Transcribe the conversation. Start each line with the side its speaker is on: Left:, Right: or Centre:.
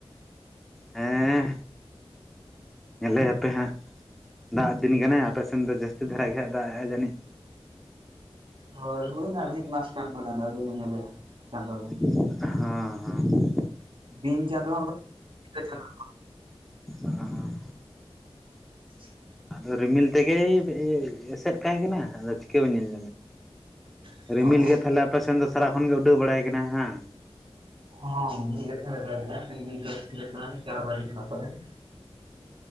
Centre: ᱦᱮᱸ ᱧᱮᱞᱮᱭᱟᱯᱮ ᱦᱟᱸᱜ᱾ ᱫᱟᱜ ᱫᱤᱱ ᱠᱟᱱᱟᱭ ᱟᱯᱮ ᱥᱮᱱ ᱫᱚ ᱡᱟᱹᱥᱛᱤ ᱫᱷᱟᱨᱟ ᱜᱮ ᱫᱟᱜᱮᱜ-ᱟ ᱡᱟᱹᱱᱤᱡ᱾
Right: ᱦᱳᱭ ᱦᱩᱭᱱᱟ ᱢᱤᱫ ᱢᱟᱥ ᱜᱟᱱ ᱯᱟᱞᱮᱱ ᱟᱣᱨᱤ ᱞᱮ ᱧᱮᱞᱮᱭᱟ ᱪᱟᱸᱫᱚ ᱜᱮ᱾
Centre: ᱦᱮᱸ ᱦᱮᱸ
Right: ᱫᱤᱱ ᱪᱟᱸᱫᱚ ᱦᱚᱸ ᱵᱟᱝ ᱧᱤᱫᱟᱹ ᱪᱟᱸᱫᱚ
Centre: ᱦᱚᱸ
Right: <unintelligible>
Centre: ᱟᱫᱚ ᱨᱤᱢᱤᱞ ᱛᱮᱜᱮᱭ ᱮᱥᱮᱫ ᱠᱟᱭ ᱠᱟᱱᱟ ᱟᱫᱚ ᱪᱤᱠᱟᱹ ᱵᱟᱭ ᱧᱮᱞ
Right: ᱦᱚᱸᱜ-ᱚ
Centre: ᱨᱤᱢᱤᱞ ᱜᱮ ᱛᱟᱦᱞᱮ ᱟᱯᱮ ᱥᱮᱱ ᱫᱚ ᱥᱟᱨᱟ ᱠᱷᱚᱱ ᱜᱮ ᱩᱰᱟᱹᱣ ᱵᱟᱲᱟᱭ ᱠᱟᱱᱟ ᱵᱟᱝ?
Right: ᱦᱚᱸ <inaudible>